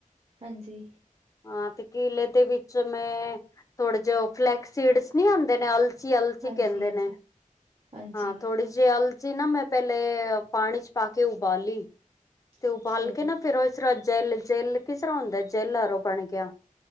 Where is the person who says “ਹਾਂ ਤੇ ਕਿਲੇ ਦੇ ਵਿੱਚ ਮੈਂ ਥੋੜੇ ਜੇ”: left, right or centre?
Left